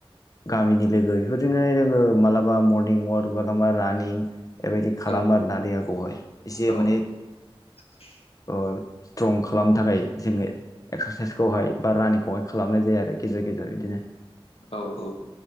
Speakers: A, on the left; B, on the left.
A: गामिनि लोगो बेफोरजोंनो जोङो मालाबा मर निं वाक लाबा रानिं बेबायदि खालामो
B: औ
A: आरो ना देहाखौहाय एसे
B: औ
A: माने।
B: <inaudible>
A: ओ स्ट्रं खालामनो थाखाय जोङो एक्सारसाइसखौहाय बा रानिंखौहाय खालामनाय जायो आरो गेजेराव। गेजेर गोजा बिदिनो
B: औ औ